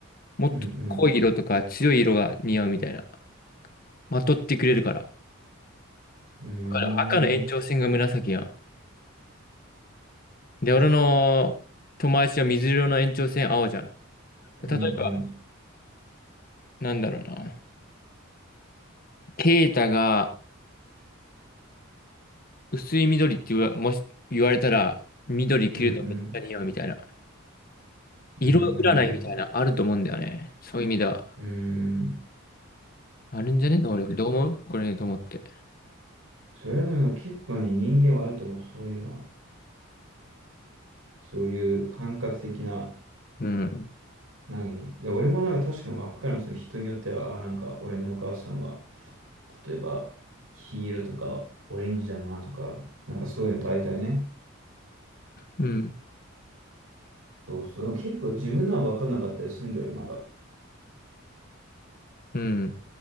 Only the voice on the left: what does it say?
もっと濃い色とか強い色が似合うみたいな。
まとってくれるから。
かる赤の延長線が紫やん。
で、俺の友達は水色の延長線青じゃん。
例えば、
なんだろうな。ケイタが薄い緑って言わ、もし言われたら、緑着るとめっちゃ似合うみたいな。
色占いみたいな、あると思うんだよね。そういう意味では。
あるんじゃね能力。どう思うこれねと思って。
うん。
うん。
うん。